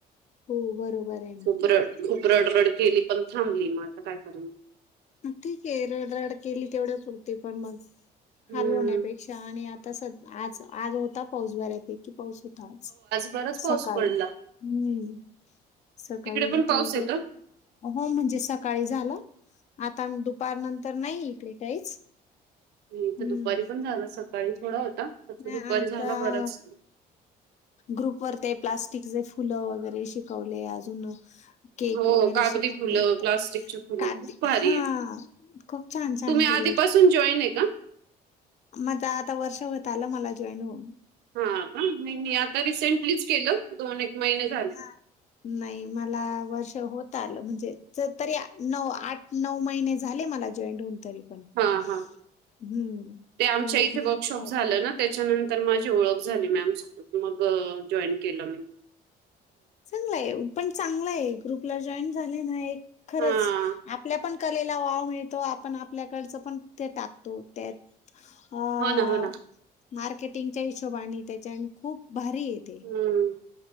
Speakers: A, on the left; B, on the right.
A: हो बरोबर आये.
B: खूप रड खूप रड रड केली पण थांबली, मग आता काय करणार.
A: ठीक आहे रड रड केली तेवढ्या पुरती पण मग
B: हम्म
A: हलवणे. पेक्षा आणि आता स आज आज होता पाऊस बऱ्यापैकी पाऊस हो आज
B: बराच पाऊस
A: सकाळी
B: पडला
A: <unintelligible> सकाळी
B: तिकडे
A: हुता
B: पण पाऊस
A: इकडे.
B: आहे का?
A: हो म्हणजे सकाळी झाल. आता दुपार नंतर नाही इकडे काहीच.
B: इथं
A: हम्म
B: दुपारी पण झाल. सकाळी थोडा होता,
A: नाही
B: दुपारी
A: आता
B: झाला बराच.
A: ग्रुपवर ते प्लास्टिकचे फुलं वगैरे शिकवले, अजून केक
B: हो
A: वगैरे
B: कागदी
A: शिकवले
B: फुलं प्लास्टिकची
A: तर
B: फुलं
A: का?
B: खूप भारी
A: हा
B: आहे
A: खूप छान छान
B: तुम्ही आधीपासून
A: केले.
B: जॉईन आहे का?
A: माझ आता वर्ष होत आलं, मला जॉईन होऊन.
B: हा का? मी मी आता रिसेंटलीच केलं. दोन एक महिने झा
A: हा नाही मला वर्ष होत आलं म्हणजे तरी, नऊ आठ नऊ महिने झाले मला जॉईंन होऊन तरी. हम्म
B: हा हा ते आमच्या
A: हो एक
B: इथे
A: मिनीट
B: वर्कशॉप
A: पाच
B: झालं ना त्याच्यानंतर माझी ओळख झाली मॅम शी मग अ जॉईन केलं मी.
A: चांगलाय पण चांगला आहे ग्रुपला जॉईन झाले ना, एक खरंच
B: हा
A: आपल्या पण कलेला वाव मिळतो. पण आपल्याकडचं पण ते टाकतो त्यात अ
B: हो ना हो ना
A: मार्केटिंगच्या हिशोबाने त्याच्या आणि खूप भारी येत.
B: हम्म